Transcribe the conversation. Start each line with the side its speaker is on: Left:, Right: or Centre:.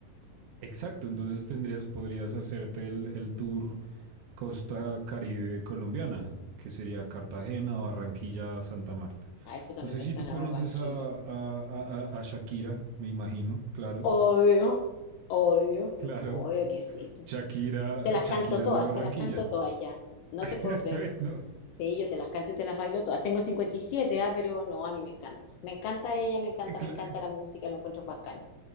Right: Exacto, entonces tendrías, podrías hacerte el, el tour Costa Caribe colombiana, que sería Cartagena, Barranquilla, Santa Marta.
Left: A eso también
Right: No sé
Left: me
Right: si
Left: suena
Right: tú conoces
Left: Barranquilla.
Right: a, a- a- a- a Shakira, me imagino, claro,
Left: Obvio, obvio,
Right: claro.
Left: obvio que sí. po.
Right: Shakira,
Left: Te las
Right: Shakira
Left: canto todas,
Right: es de Barranquilla.
Left: te las canto todas ya. No te
Right: <laughs>
Left: puedo creer.
Right: Bueno,
Left: Sí, yo te las canto y te las bailo todas. Tengo 57, ah, pero no, a mí me encanta. Me encanta ella, me encanta,
Right: cla-
Left: me encanta la música, lo encuentro bacán.